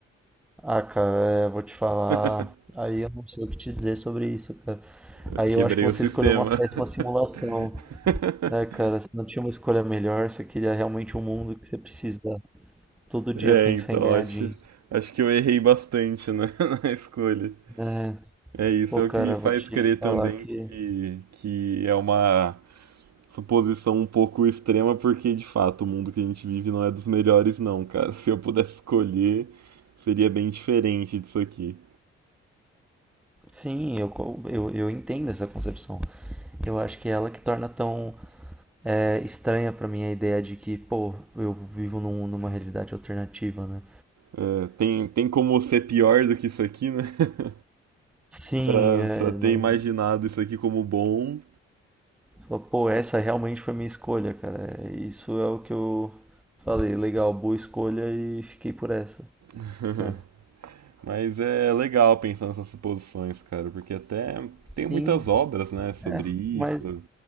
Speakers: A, in the centre; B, on the right.
A: Ah, cara, é, vou te falar.
B: <laughs>
A: Aí eu não sei o que te dizer sobre isso, cara.
B: Eu
A: Aí
B: quebrei
A: eu acho que você
B: o sistema.
A: escolheu uma péssima
B: <laughs>
A: simulação, né, cara? Você não tinha uma escolha melhor, você queria realmente um mundo que você precisa todo dia
B: É,
A: pensar
B: então
A: em ganhar
B: acho,
A: dinheiro.
B: acho que eu errei bastante na, <laughs> na escolha.
A: né?
B: É isso,
A: Pô,
B: é
A: cara,
B: o que me faz
A: vou te
B: crer
A: falar
B: também
A: que.
B: que, que é uma suposição um pouco extrema, porque de fato o mundo que a gente vive não é dos melhores, não, cara. Se eu pudesse escolher, seria bem diferente disso aqui.
A: Sim, eu, co- eu, eu entendo essa concepção. Eu acho que é ela que torna tão é, estranha pra mim a ideia de que, pô, eu vivo num- numa realidade alternativa, né?
B: É, tem, tem como ser pior do que isso aqui, né? <laughs>
A: Sim,
B: Pra,
A: é,
B: pra ter
A: não,
B: imaginado isso aqui como bom.
A: Falou, pô, essa realmente foi minha escolha, cara. Isso é o que eu falei, legal, boa escolha e fiquei por essa.
B: <laughs>
A: É.
B: Mas é legal pensar nessas suposições, cara, porque até
A: Sim,
B: tem muitas obras, né, sobre
A: é,
B: isso.
A: mas.